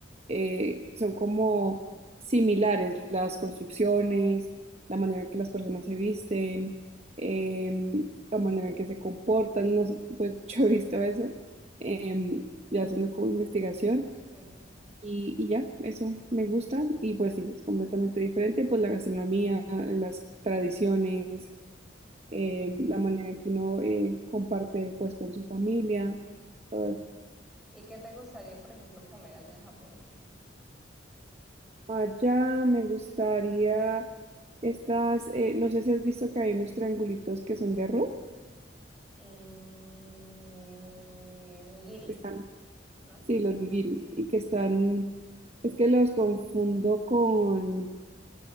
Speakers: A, on the right (about 35°); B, in the centre.
A: eh, son como similares las construcciones, la manera en que las personas se visten, em, la manera en que se comportan, no sé, pues <laughs> yo he visto eso, em, ya haciendo como investigación
B: ujú.
A: y, y ya, eso me gusta y pues sí, es completamente diferente, pues la gastronomía, las tradiciones, em, la manera en que uno eh, comparte pues con su familia, todo eso.
B: ¿Y qué te gustaría, por ejemplo, comer allá en Japón?
A: Allá me gustaría estas, eh, no sé si has visto que hay unos triangulitos que son de arroz.
B: Eh, nigiris,
A: Están,
B: ¿no?
A: sí, los nigiris. Y que están, es que los confundo con,